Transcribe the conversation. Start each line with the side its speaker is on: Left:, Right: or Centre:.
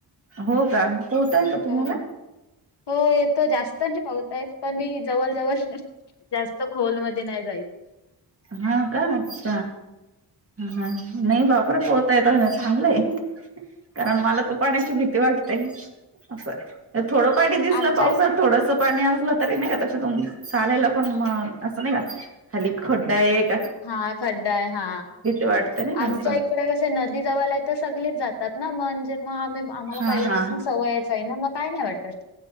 Right: हो का पोहताय का तुम्हाला
Left: हो हो येतो जास्त पाहताय. पण मी जवळ जवळ जास्त खोलमध्येध्ये नाही जायच.
Right: हा काणतीस ह नाही बापरे पोहताय तो चांगलंय कारण मला तर पाण्याची भी वाटते असं थोडं पाणी दिसलं
Left: आमच्या
Right: पावसात
Left: इ-
Right: थोडस पाणी असलं. त नाही का त त चालायला पण मग असं नाही का खाली खड्डा एक.
Left: हा खड्डा आहे हा
Right: वाटते नाही का
Left: आमच्या
Right: असं
Left: इकडे कस नदी जवळ आहे तर सगळीच जातात. म्हणजे म आम्ही आम्हाला
Right: हा
Left: पहिल्यापासून
Right: हा
Left: सवयचं आहे ना म काय नाही वाटत.